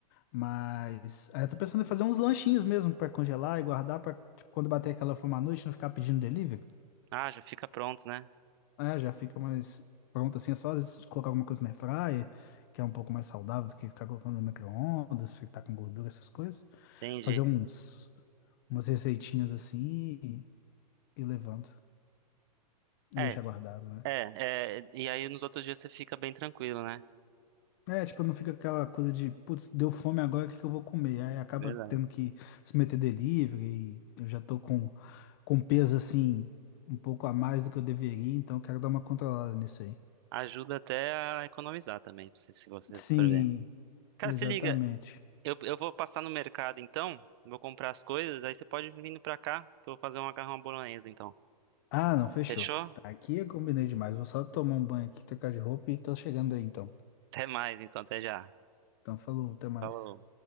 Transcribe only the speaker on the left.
Mas aí eu tô pensando em fazer uns lanchinhos mesmo pra congelar e guardar pra tipo, quando bater aquela fome à noite, não ficar pedindo delivery.
É, já fica mais pronto assim. É só às vezes colocar alguma coisa na air fryer, que é um pouco mais saudável do que ficar colocando no micro-ondas, fritar com gordura, essas coisas.
Fazer uns, umas receitinhas assim e, e levando. E
deixar guardado, né?
É, tipo, não fica aquela coisa de, putz, deu fome agora, o que que eu vou comer? Aí acaba
tendo que se meter delivery e eu já tô com, com peso assim, um pouco a mais do que eu deveria, então eu quero dar uma controlada nisso aí.
Sim,
exatamente.
Ah, não, fechou.
Tá, Aqui eu combinei demais. Vou só tomar um banho aqui, trocar de roupa e tô chegando aí então.
Então, falou, até mais.